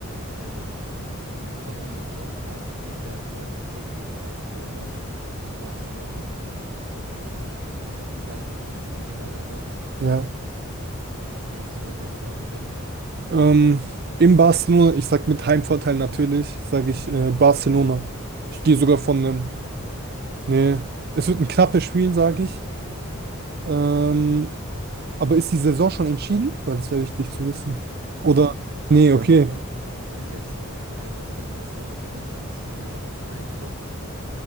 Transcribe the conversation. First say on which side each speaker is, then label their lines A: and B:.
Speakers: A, on the right (about 70°); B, on the right (about 45°).
A: Ähm, am kommenden Sonntag spielt ja Real Madrid gegen Barcelona in Barcelona ähm, in der Liga, also die spielen gegeneinander.
B: Ja.
A: Was denkst du, wer würde da gewinnen?
B: Ähm, in Barcelona, ich sag mit Heimvorteil natürlich, sage ich äh, Barcelona. Ich gehe sogar von einem. Nee, es wird ein knappes Spiel, sage ich. Ähm, aber ist die Saison schon entschieden? Weil das wäre wichtig zu wissen.
A: Nee,
B: Oder? Nee,
A: weil
B: okay.
A: guck mal, wenn jetzt ähm, Real Madrid nächste Woche gewinnt, dann ist es nur noch ein Punkt,